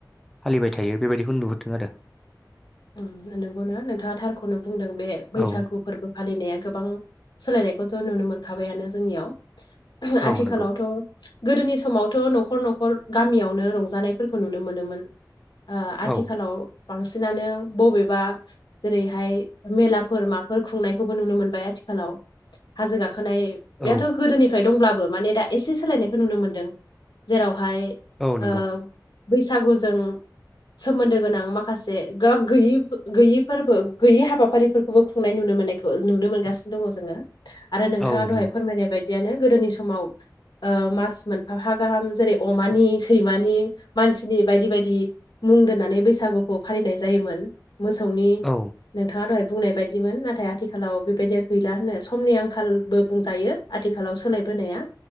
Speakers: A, in the centre; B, on the left.
A: फालिबाय थायो बेबायदिखौनो नुहुरदों आरो
B: उम नंगौना नोंथाङा थारखौनो बुंदों बे बैसागु
A: औ
B: फोरबो फालिनाया गोबां सोलायनायखौथ' नुनो मोनखाबायानो जोंनियाव आथिखालावथ'
A: औ नंगौ
B: गोदोनि समावथ' न'खर न'खर गामियावनो रंजानायफोरखौ नुनो मोनोमोन ओ आथिखालाव
A: औ
B: बांसिनानो बबेबा जेरैहाय मेलाफोर माब फोर खुंनायखौबो नुनो मोनबाय आथिखालाव हाजो गाखोनायथ'
A: औ
B: गोदोनि नि दंब्लाबो माने दा एसे सोलायनायखौ नुनो मोनदों जेरावहाय
A: औ नंगौ
B: ओ बैसागुजों सोमोन्दो गोनां माखासे गोब गैयै-गैयैफोरबो गैयै हाबाफारिफोरखौबो खुंनाय नुनो मोननायखौ नुनो मोनगासिनो दङ जोङो। आरो नोंथाङा
A: औ नंगौ
B: दहाय फोरमायनाय बायदियानो गोदोनि समाव ओ मास मोनफा‌ गाहाम जेरै अमानि सैमानि मानसिनि बायदि बायदि। मुं दोननानै बैसागुखौ फालिनाय जायोमोन मोसौनि
A: औ
B: नोंथाङा दहाय बुंनाय बायदिमोन नाथाय आथिखालाव बेबायदिया गैला होनो समनि आंखालबो बुंजायो। आथिखालाव सोलायबोनाया